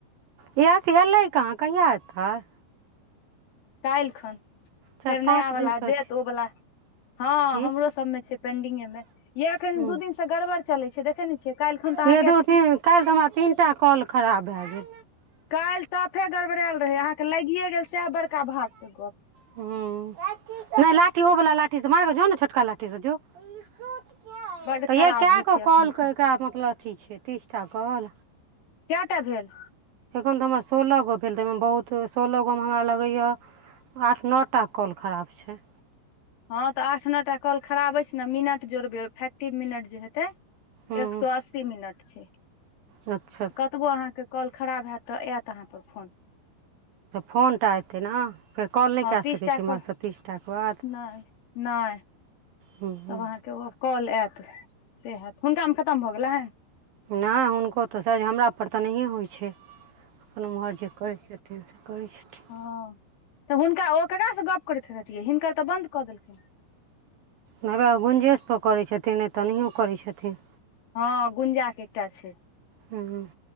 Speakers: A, on the right; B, on the left.
A: गेस एलै कहा कहिआ ऐतैय
B: काहिल खन फेर
A: चारि पाँच
B: नया वला
A: दिनसँ
B: देत
A: छै
B: ओ वला हाँ
A: की
B: हमरो सभ मे छै पेंडिंगे मे यह एखन
A: हूँ
B: दू दिन मसँ गड़बड़ चलै छै देखे ने छियै काल्हि खन तऽ
A: ये
B: अहाँकेँ
A: दू काल्हि तऽ हमरा तीनटा कॉल खराब भऽ गेल
B: काल्हि साफे गड़बड़ायल रहै अहाँकेँ लागिए गेल सएह बड़का भाग के गप्प
A: हूँ नहि लाठी ओ वाला लाठी से मारने छोटका लाठी से जो एक सो क्या
B: बड
A: तऽ
B: खराब
A: यह कए
B: होइ
A: गो
B: छै एखन
A: कल
B: तऽ
A: के एकरा मतलब अथि छै तीस टा काॅल
B: केटा भेल
A: एखन तऽ हमर सोलह गो भेल तऽ ओहिमे बहुत सोलह गो मे हमरा लगैए आठ नोटा कॉल खराब छै।
B: हँ तऽ आठ नो टाआ कॉल खराब अछि छै, ने मिनट जोड़बै फैक्टिव मिनट जे हेते
A: हूँ
B: एक सो अस्सी मिनट छै।
A: अच्छा।
B: कतबो अहाँकेँ कॉल खराब हयैत तऽ आयत अहाँ पर फोन
A: फोन टा एतै ने फेर कॉल नहि
B: हँ
A: कए
B: तीस
A: सकै
B: टा
A: छी एम्हर
B: क
A: स तीसटा के बाद
B: नहि नहि
A: हूँ हूँ
B: तब अहाँके ओ कॉल आयत से होयत हुनका मे खतम भऽ गेलनि
A: नहि हुनको तऽ सज हमरा पर तऽ नहिए होइ छै अपन ओम्हर जे करै छथिन से करै छथिन
B: हाँ तऽ हुनका ओ केकरा सँ गप करैत हतियै हिनकर तऽ बंन्द कऽ देलखिन
A: होबै गुंजेश पर करै छथिन नहि तऽ नहियो करै छथिन
B: हाँ गुंजा के एकटा छै
A: हूँ